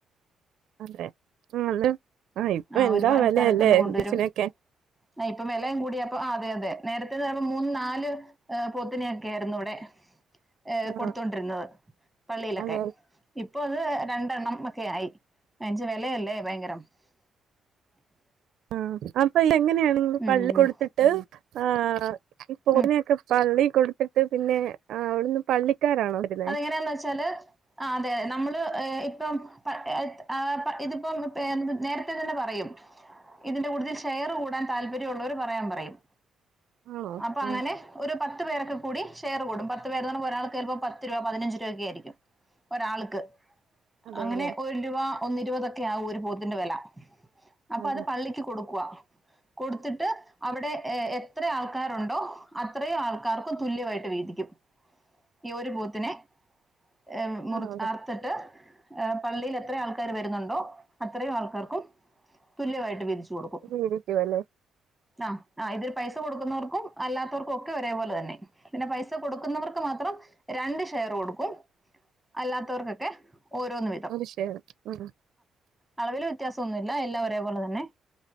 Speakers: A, on the right (about 75°); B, in the centre.
A: അതെ ആന്ന് ആഹ് ഇപ്പെ
B: ആ
A: എന്താ
B: ഒരുപാട്
A: വെലയല്ലേ
B: സ്ഥലത്ത് നിന്ന് കൊണ്ടുവരും
A: ബിഫിനെക്കെ.
B: ആ ഇപ്പേം വെലെയും കൂടിയപ്പ ആഹ് അതെ അതെ നേരത്തെന്ന് പറയുമ്പ മൂന്ന് നാല് ഏഹ് പൊത്തിനെയ്ക്കെ ആയിരുന്നവിടെ ഏഹ്
A: ആ
B: കൊടുത്തോണ്ടിരുന്നത് പള്ളിലൊക്കെ.
A: അതെ അതെ
B: ഇപ്പൊ അത് രണ്ടെണ്ണം ഒക്കെയായി അഞ് ച് വെലെയല്ലേ ഭയങ്കരം. <inaudible>
A: ആഹ് അപ്പൊല്ലേ എങ്ങനെയാണെങ്കിൽ
B: ഉം
A: പള്ളി
B: ഉം
A: കൊടുത്തട്ട്
B: ഉം.
A: ആ ഈ പോരുന്നെയൊക്ക
B: ഉം
A: പള്ളി കൊടുത്തിട്ട് പിന്നെ അവിടുന്ന് പള്ളിക്കാരാണോ വരുന്നേ
B: അതെങ്ങനെയാന്ന് വെച്ചാല് ആഹ് അതെ നമ്മള് ഏഹ് ഇപ്പം ഏ ആപ് ആ ഇതിപ്പോ നേരത്തെ തന്നെ പറയും. ഇതിന്റെ കൂട്ടത്തിൽ ഷെയറ് കൂടാൻ താൽപര്യള്ളോര് പറയാൻ പറയും.
A: ആണോ
B: അപ്പ അങ്ങനെ
A: ആഹ്
B: ഒരു പത്ത് പേരൊക്കെ കൂടി ഷെയർ കൂടും. പത്ത് പേര് എന്ന് പറയുമ്പ ഒരാൾക്ക്പ്പോ പത്ത് രൂപ പതിനഞ്ച് രൂപക്കെ ആയിരിക്കും ഒരാള്ക്ക്
A: അതെല്ലെ
B: അങ്ങനെ ഒ രൂവാ ഒന്നിരുപതൊക്കെയാവു ഒരു പോത്തിന്റെ വെല. അപ്പ
A: അതെ
B: അത് പള്ളിക്ക് കൊടുക്കുവ. കൊടുത്തിട്ട് അവിടെ ഏഹ് എത്ര ആൾക്കാരുണ്ടോ അത്രേം ആൾക്കാർക്കും തുല്യവായിട്ട് വീതിക്കും. ഈ ഒരു പോത്തിനെ ഏഹ് മുറിച്ച്
A: ആണോ അതെ
B: അറ ത്തിട്ട് ഏഹ് പള്ളിയിൽ എത്ര ആൾക്കാർ വരുന്നുണ്ടോ അത്രയും ആൾക്കാർക്കും തുല്യവായിട്ട് വിതിച്ചു കൊടുക്കും.
A: ഇത് ഇരിക്കുവല്ലേ
B: ആഹ് ആഹ് ഇതിൽ പൈസ കൊടുക്കുന്നോർക്കും അല്ലാത്തോർക്കും ഒക്കെ ഒരേപോലെ തന്നെ. പിന്നെ പൈസ കൊടുക്കുന്നവർക്ക് മാത്രം രണ്ട് ഷെര് കൊടുക്കും അല്ലാത്തോർക്കൊക്കെ ഓരോന്നും വേ
A: ഒരു ഷേയർ ഉം
B: അളവില് വെത്യാസൊന്നുല്ല ഏലാം ഓരേപോലെതന്നെ